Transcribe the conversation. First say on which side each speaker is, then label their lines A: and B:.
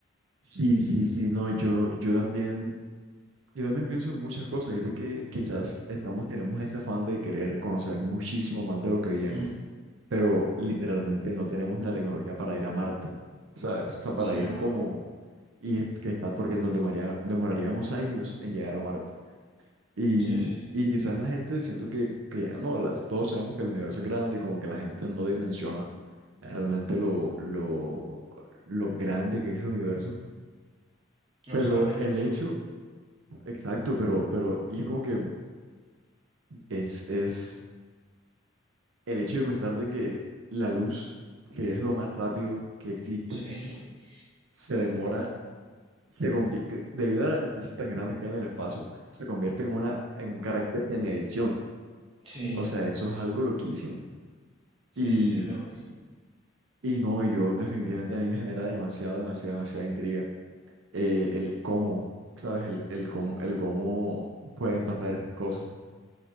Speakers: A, on the right; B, on the right.
A: Sí, sí, sí, no, yo, yo también Yo también pienso en muchas cosas, y es de que quizás estamos, tenemos ese afán de querer conocer muchísimo más de lo que viene,
B: Mm,
A: pero literalmente no tenemos ni la tecnología para ir a Marte, ¿sabes? O sea, para
B: cierto.
A: ir como, y es que está porque nos demoraría- demoraríamos años en llegar a Marte. Y,
B: Sí, sí, sí.
A: y quizás la gente, siento que, que no, las, todos sabemos que el universo es grande y como que la gente no dimensiona realmente lo, lo, lo grande que es el universo.
B: No
A: Pero
B: saben,
A: el
B: no saben.
A: hecho, exacto, pero, pero, y es como que es, es el hecho de pensar de que la luz, que es lo más rápido que existe,
B: Sí, <laughs>
A: se demora, se convier- que debido a las distancias tan grandes que hay en el espacio, se convierte en una, en un carácter de medición.
B: sí,
A: O sea, eso es algo loquísimo.
B: sí,
A: Y,
B: sí, sí, lo que-
A: y no, yo definitivamente a mí me genera demasiada, demasiada, demasiada intriga eh, el cómo, ¿sabes? El, el cómo, el cómo pueden pasar esas cosas.